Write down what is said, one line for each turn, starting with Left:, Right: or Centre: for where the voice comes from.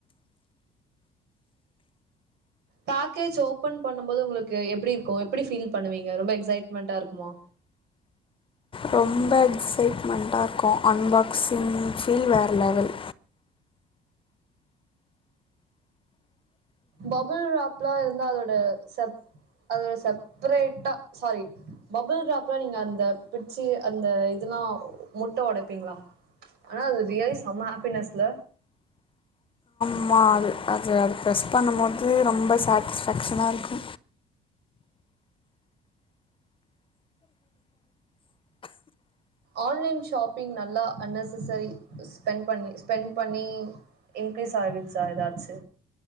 Right: பேக்கேஜ் ஓபன் பண்ணும்போது உங்ளுக்கு எப்டி இருக்கு எப்புடி ஃபீல் பண்ணுவீங்க ரொம்ப எக்ஸைட்மென்ட்டா இருக்குமா
Left: ரொம்ப எக்ஸைட்மெண்ட்டா இருக்கு அன்பாக்ஸிங் ஃபீல் வேற லெவல்
Right: பபுள் ராப்லா இருந்தா அதோட செப் அதோட செப்ரேட்டா சாரி பபுள் ராப்ல நீங்க அந்த பிச்சு அந்த இதுலா முட்ட ஒடப்பீங்ளா ஆனா அது ரியாலி செம்ம ஹேப்பினஸ்ல
Left: ஆமா அது அது அது ப்ரெஸ் பண்ணுமோது ரொம்ப சாட்ஸ்ஃபேஷனா இருக்கு
Right: ஆன்லேன் ஷாப்பிங் நல்லா அன்னெசசரி ஸ்பென் பண்ணி ஸ்பெண் பண்ணி இன்கிரிஸாய்ரிச்சா எதாச்சு